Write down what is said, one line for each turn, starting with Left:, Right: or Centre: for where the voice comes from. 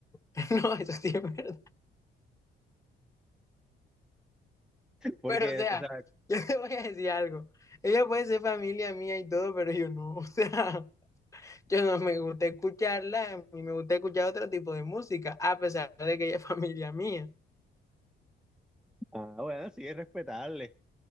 Left: <laughs> no, eso sí es verdad.
Centre: Porque,
Left: Pero, o sea,
Centre: o sea,
Left: <laughs> yo te voy a decir algo. Ella puede ser familia mía y todo, pero yo no. <laughs> O sea, yo no me gusta escucharla, a mí me gusta escuchar otro tipo de música, a pesar de que ella es <laughs> familia mía.
Centre: ah, bueno, sí, es respetable.